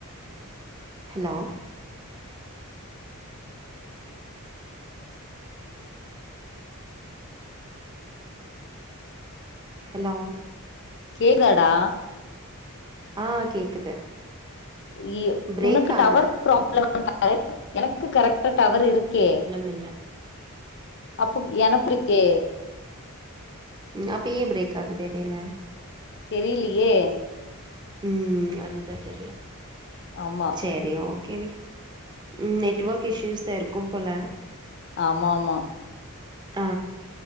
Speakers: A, on the right; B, on the left.
A: hello hello
B: கேக்தாடா
A: ஆ கேக்குது
B: இ
A: பிரேக்
B: உனக்கு டவர்
A: ஆகுது.
B: ப்ராப்ளமானு பாரு எனக்கு கரெக்டா டவர் இருக்கே
A: மில்ல
B: அப்போ எனக் குறிக்கே
A: ம் அப்போ ஏ பிரேக் ஆகுது எடேல
B: தெரியலையே
A: ம் அதுதா தெர்ல
B: ஆமா
A: செரி ஓகே விடு ம் நெட்வொர்க் இஷ்யூஸா இருக்கு போல
B: ஆமா ஆமா
A: ஆ